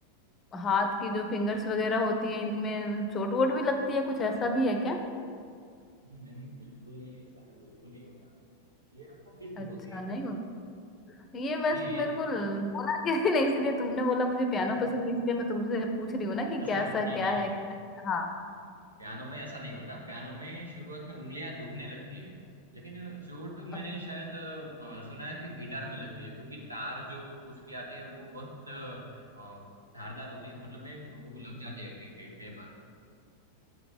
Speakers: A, on the left; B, on the right.
A: हाथ की जो फिंगर्स वगैरह होती हैं इनमें चोट वोट भी लगती है कुछ ऐसा भी है क्या
B: जी नहीं बिल्कुल नहीं ऐसा है बिल्कुल नहीं होता ये आपको किसने
A: अच्छा
B: बोल दिया
A: नहीं होता ये बस
B: जी
A: मेरे
B: ये
A: को ल- बोला कि <laughs> नहीं इसलिए तुमने बोला मुझे पियानो
B: <laughs>
A: पसंद है इसलिए मैं तुमसे पूछ रही हूँ ना कि
B: अच्छा
A: कैसा
B: नहीं
A: क्या
B: नहीं
A: है
B: नहीं
A: क्या
B: नहीं
A: हाँ
B: पियानो में ऐसा नहीं होता पियानो में शुरुआत में उंगलियां दुखने लगती है लेकिन चोट तो मैंने
A: अ-
B: शायद अ, सुना है कि गिटार में लगती है क्योंकि तार जो उसकी आती है वो बहुत अ, धारदार होती है मतलब में वो लग जाते हैं कई कई कई बार